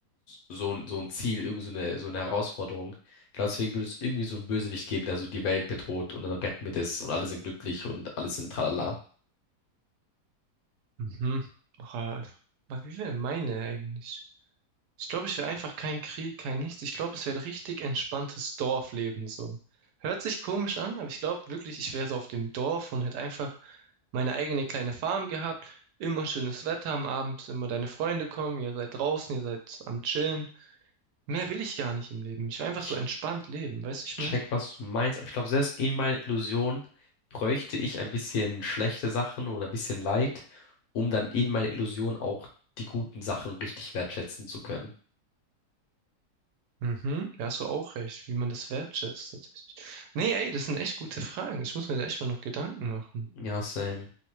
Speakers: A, on the left (about 70°); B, on the right (about 80°).
A: so, ein- so ein Ziel, irgend so eine, so eine Herausforderung. Ich glaube, deswegen würde es irgendwie so einen Bösewicht geben, der so die Welt bedroht und dann retten wir das und alle sind glücklich und alles sind tralala.
B: Mhm. Ach, äh, was, wie wäre meine eigentlich? Ich glaube, ich will einfach keinen Krieg, kein Nichts. Ich glaube, es wäre richtig entspanntes Dorfleben so. Hört sich komisch an, aber ich glaube wirklich, ich wäre so auf dem Dorf und hätte einfach meine eigene kleine Farm gehabt. Immer schönes Wetter am Abend, immer deine Freunde kommen, ihr seid draußen, ihr seid am Chillen. Mehr will ich gar nicht im Leben. Ich will einfach
A: Ich,
B: so entspannt leben, weißt
A: ich
B: du, ich
A: check,
B: meine?
A: was du meinst, aber ich glaube, selbst in meiner Illusion bräuchte ich ein bisschen schlechte Sachen oder ein bisschen Leid, um dann in meiner Illusion auch die guten Sachen richtig wertschätzen zu können.
B: Mhm, da hast du auch recht, wie man das wertschätzt tatsächlich. Nee, ey, das sind echt gute Fragen. Ich muss mir da echt mal noch Gedanken machen.
A: Ja, same.